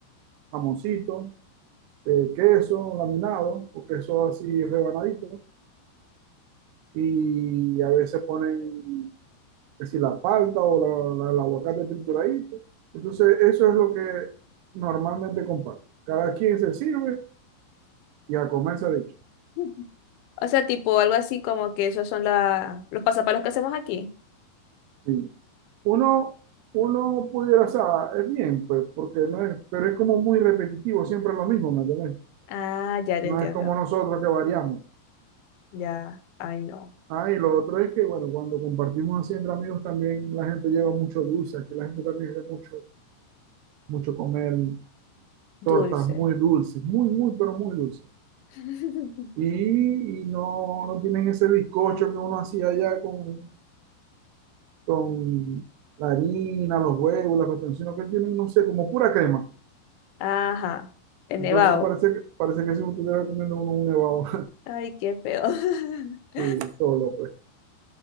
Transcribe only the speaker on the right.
jamoncito, eh, queso laminado o queso así rebanadito y a veces ponen que si la palta o la, la, el aguacate trituradito. Entonces eso es lo que normalmente comparten. Cada quien se sirve y a comer se ha dicho.
Sí. Uno, uno pudiera, o sea, es bien, pues, porque no es, pero es como muy repetitivo, siempre es lo mismo, ¿me entiendes?
No
es como nosotros que variamos.
Ah, y lo otro es que, bueno, cuando compartimos así entre amigos también la gente lleva mucho dulce, aquí la gente también lleva mucho, mucho comer
tortas muy dulces, muy, muy, pero muy dulces.
Y, y no, no tienen ese bizcocho que uno hacía allá con, con la harina, los huevos, la cuestión, sino que tienen, no sé, como pura crema.
Entonces
parece, que- parece que si estuviera comiendo uno un nevado
<laughs> y solo, pues.